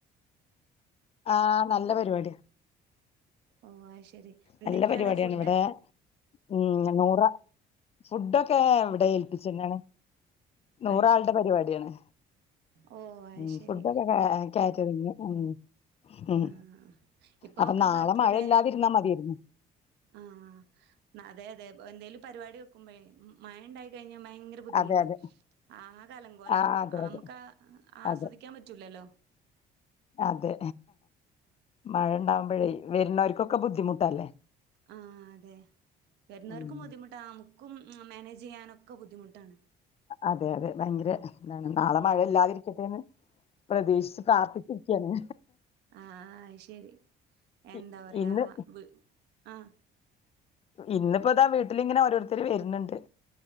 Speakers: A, on the left; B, on the right.
A: ആഹ് നല്ല പര്‌വാട്യാ
B: ഓഹ് അയ്ശെരി ന്തെക്കെയാണ്
A: നല്ല പരിപാടിയാണ്
B: ഫുഡ്ഡ്
A: ഇവിടെ ഉം നൂറാ ഫുഡ്ഡാെക്കെ എവ്ടെ ഏൽപ്പിച്ച്ണെ നൂറാൾടെ
B: അത് ശരി
A: പര്പാട്യാണ്
B: ഓ അത്
A: ഉം
B: ശരി
A: ഫുഡ്ഡാെക്കെ കാ കേറ്ററിങ്ങ് ഉം ഉം
B: ആഹ് ഇപ്പൊ
A: അപ്പ
B: ഒക്കെ
A: നാളെ
B: ബർത്ത്ഡേ
A: മയല്ലാതിര്ന്നാ മത്യേര്ന്നു
B: ആഹ് ന അതെ അതെ എന്തേലും പരിവാടി വെക്കുമ്പഴേ മഴണ്ടായ് കഴിഞ്ഞാ ഭയ്ങ്ക ര ബുദ്ധിമുട്ടാ
A: അതെ അതെ
B: ആകെ അലങ്കോലാവും
A: ആഹ്
B: അമ്ക്ക്
A: അതെ
B: ആസ്വദിയ്ക്കാം
A: അതെ
B: പറ്റൂലല്ലോ
A: അതെ മഴണ്ടാവുമ്പഴേ വെര്ന്നോര്ക്കൊക്കെ ബുദ്ധിമുട്ടല്ലേ
B: ആഹ് അതെ വര്ന്നവർക്കും
A: ഉം
B: ബുദ്ധിമുട്ടാ നമുക്കും മേനേജെയ്യാനൊക്കെ ബുദ്ധിമുട്ടാണ്
A: അതെ അതെ ഭയ്ങ്കര താണ് നാളെ
B: ഉം
A: മഴല്ലാതിരിക്കെട്ടേന്ന് പ്രതീഷ്ച്ച് പ്രാർത്ഥി ഇര്ക്ക്യാണ്
B: ആഹ് ആഹ് അയ്ശരി എന്താ
A: ഇ-
B: പറയാ
A: ഇന്ന്
B: വ് ആഹ്
A: ഇന്ന്പ്പതാ വീട്ട്ല്ങ്ങെനെ ഓരോര്ത്തെര് വെര്ണ്‌ണ്ട്